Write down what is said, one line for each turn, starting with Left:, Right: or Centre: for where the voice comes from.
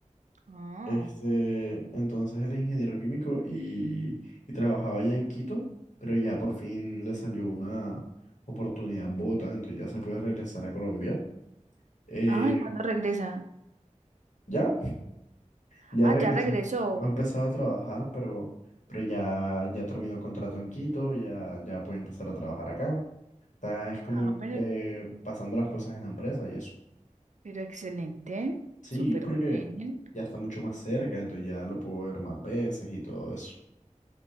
Right: Ah,
Left: Este, entonces él es ingeniero químico y, y trabajaba allá en Quito, pero ya por fin le salió una oportunidad en Bogotá, entonces ya se puede regresar a Colombia. Eh,
Right: ah, ¿y cuándo regresa?
Left: ya. Ya
Right: Ah,
Left: regresó.
Right: ya regresó.
Left: No Ha empezado a trabajar, pero, pero ya, ya terminó contrato en Quito, ya, ya puede empezar a trabajar acá. Está, es como
Right: Ah,
Left: em,
Right: pero,
Left: eh, pasando las cosas en la empresa y eso.
Right: pero excelente,
Left: Sí,
Right: súper
Left: porque
Right: bien.
Left: ya está mucho más cerca, entonces ya lo puedo ver más veces y todo eso.